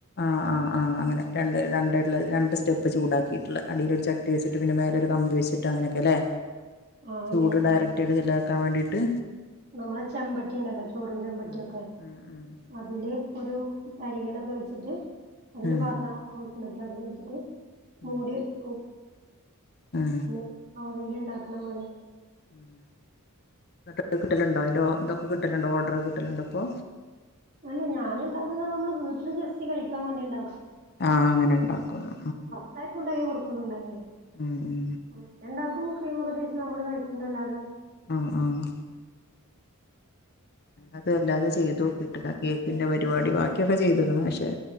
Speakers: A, on the left (about 50°); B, on the right (about 45°).
A: ആഹ് ആഹ് ആഹ് അങ്ങനെ രണ്ട് രണ്ടായിട്ടുള്ള രണ്ട് സ്റ്റെപ്പ് ചൂടാക്കി അടിൽ ഒരു ചട്ടി വെച്ചിട്ട് പിന്നെ മേലരു കമ്പി വെച്ചിട്ട് അനൊക്കെ അല്ലെ
B: ആഹ്
A: ചൂട്
B: അങ്ങനെ
A: ഡയറക്റ്റ് ആയിട്ട് ചെലവാക്കാൻ വേണ്ടിയിട്ട്
B: നമ്മളെ ചെമ്പട്ടി ഉണ്ടല്ലോ ചോറും ചെമ്പട്ടിയൊക്കെ
A: ഉം ഉം ഉം
B: അതില് ഒരു തരികനൊക്കെ വെച്ചിട്ട് അതില്
A: ഉം
B: പാത്ര വെക്കും എന്നിട്ട് അതില് വെച്ചിട്ട്
A: ഉം
B: മൂടി വെക്കും
A: ഉം
B: പിന്നെ ആവിൽ ഉണ്ടാക്കണ പോലെ
A: ഉം കിട്ടലുണ്ടോ അതിന്റെ ഇതൊക്കെ കിട്ടലുണ്ടോ ഓർഡർ കിട്ടലണ്ടോ അപ്പോ
B: അല്ല ഞാന ഉണ്ടാക്കത നമ്മള് വീട്ടില് ജസ്റ്റ് കഴിക്കാൻ വേണ്ടി ഉണ്ടാവും
A: ആഹ് അങ്ങനെ ഉണ്ടാക്കുന്നു
B: അതണ്ടാക്കി കൊടുക്കുന്നുണ്ടങ്കില്
A: ഉം ഉം
B: വ ഉണ്ടാക്കും ക്രീമൊക്കെ തേച്ച് നമ്മള് കഴിക്കുന്നല്ലാെ
A: ആഹ് ആഹ് അത് അല്ലാതെ ചെയ്തു കിട്ടില്ല കേക്കിന്റെ പരിപാടി ബാക്കിയൊക്കെ ചെയ്തുക്കണ് പക്ഷെ